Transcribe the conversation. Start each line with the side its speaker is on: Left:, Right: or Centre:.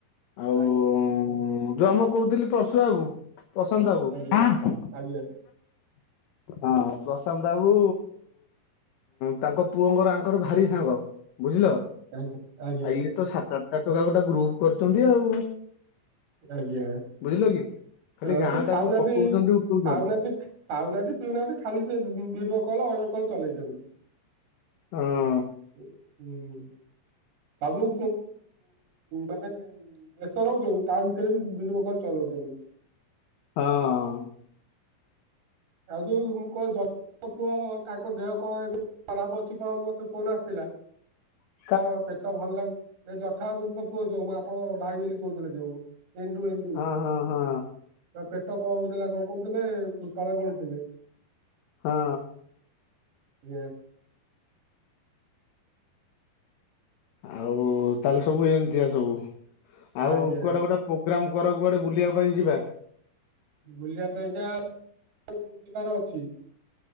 Left: ଆଉ
Right: ଆଜ୍ଞା।
Left: ଜମ କହୁଥିଲି ପଶୁଆକୁ। ପ୍ରଶାନ୍ତ ବାବୁ।
Right: ଆଜ୍ଞା ଆଜ୍ଞା
Left: ହଁ ପ୍ରଶାନ୍ତ ବାବୁ। ତାଙ୍କ ପୁଅଙ୍କର ଆଙ୍କର ଭାରି ସାଙ୍ଗ ବୁଝିଲ।
Right: ଆଜ୍ଞା ଆଜ୍ଞା।
Left: ଆଉ ଇଏ ତ ସାତ ଆଠ ଟଙ୍କା ଗୋଟେ ଗ୍ରୁପ୍ କରିଛନ୍ତି ଆଉ।
Right: ଆଜ୍ଞା
Left: ବୁଝିଲ କି ଖାଲି ଗାଁ
Right: ସିଏ
Left: ଟାକୁ
Right: ଖାଉନାହାନ୍ତି
Left: ପକଉଛନ୍ତି ଉଠଉଛନ୍ତି
Right: ଖାଉନାହାନ୍ତି। ପାଉନାହାନ୍ତି ପିଉନାହାନ୍ତି ଖାଲି ସେ ଭିଡିଓ କଲ ଅଡିଓ କଲ୍ ଚଲେଇଛନ୍ତି।
Left: ହଁ।
Right: ହୁଁ। ସବୁ ମାନେ ବ୍ୟସ୍ତ ରହୁଛନ୍ତି ତା ଭିତରେ ବି ଭିଡିଓ କଲ୍ ଚଲାଉଛନ୍ତି।
Left: ହଁ।
Right: ଆଉ ଯୋଉ ମୋ ପୁଅ ତାଙ୍କ ଦେହ କଣ ଏବେ ଖରାପ ଅଛି କଣ ମୋ ମତେ ଫୋନ ଆସିଥିଲା।
Left: <inaudible>
Right: କଣ ପେଟ ଟା ଭଲ ଲାଗି ଏ ଯଛାବୁଙ୍କ ପୁଅ ଯୋଉ ମୁଁ ଆପଣଙ୍କ ଭାଇ ବୋଲି କହୁଥିଲ ଯୋଉ ଏଣ୍ଡୁ ଏଣ୍ଡୁ।
Left: ହଁ ହଁ ହଁ
Right: ପେଟ କଣ ହଉଥିଲା କଣ କହୁଥିଲେ ତଳେ ଗଳୁଥିଲେ।
Left: ହଁ।
Right: ଇଏ।
Left: ଆଉ ତାହେଲେ ସବୁ ଏମିତିଆ ସବୁ ଆଉ
Right: ଆଜ୍ଞା
Left: କୁଆଡେ ଗୋଟେ ପୋଗ୍ରାମ କର କୁଆଡେ ବୁଲିବା ପାଇଁ ଯିବା।
Right: ବୁଲିବା ପାଇଁ ଯା ଯିବାର ଅଛି।